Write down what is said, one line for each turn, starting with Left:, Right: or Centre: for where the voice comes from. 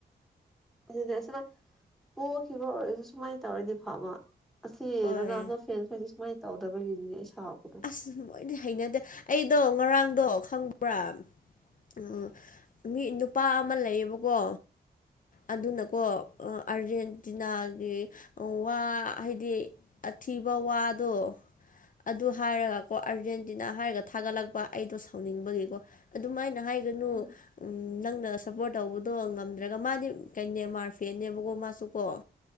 Centre: ꯑꯗꯨꯗꯤ ꯁꯨꯃꯥꯏꯅ ꯄꯣꯛꯈꯤꯕ ꯑꯣꯏꯔꯁꯨ ꯁꯨꯃꯥꯏꯅ ꯇꯧꯔꯗꯤ ꯐꯕ ꯑꯁꯤ
Left: ꯍꯣꯏ
Centre: ꯔꯣꯅꯥꯜꯗꯣ ꯐ꯭ꯦꯟꯁ ꯍ‌ꯣꯏꯗꯤ ꯁꯨꯃꯥꯏꯅ ꯇꯧꯗꯕꯒꯤꯅꯤꯅꯦ ꯁꯥꯎꯕꯗꯣ
Left: ꯑꯁ ꯃꯣꯏꯗꯤ ꯍꯩꯅꯗꯦ ꯑꯩꯗꯣ ꯉꯔꯥꯡꯗꯣ ꯈꯪꯕ꯭ꯔꯥ ꯑꯣ ꯃꯤ ꯅꯨꯄꯥ ꯑꯃ ꯂꯩꯌꯦꯕꯀꯣ ꯑꯗꯨꯅ ꯀꯣ ꯑꯥꯔꯖꯦꯟꯇꯤꯅꯥꯒꯤ ꯋꯥ ꯍꯥꯏꯗꯤ ꯑꯊꯤꯕ ꯋꯥꯗꯣ ꯑꯗꯨ ꯍꯥꯏꯔꯒꯀꯣ ꯑꯥꯔꯖꯦꯟꯇꯤꯅꯥ ꯍꯥꯏꯔꯒ ꯊꯥꯒꯠꯂꯛꯄ ꯑꯩꯗꯣ ꯁꯥꯎꯅꯤꯡꯕꯒꯤꯀꯣ ꯑꯗꯨꯃꯥꯏꯅ ꯍꯥꯏꯒ ꯒꯅꯨ
Centre: ꯑꯁꯤ
Left: ꯎꯝ ꯅꯪꯅ ꯁꯞꯄꯣꯔꯠ ꯇꯧꯕꯗꯣ ꯉꯝꯗ꯭ꯔꯒ ꯃꯥꯗꯤ ꯅ‌ꯦꯃꯥꯔ ꯐꯦꯟꯅ‌ꯦꯕꯀꯣ ꯃꯥꯁꯨꯀꯣ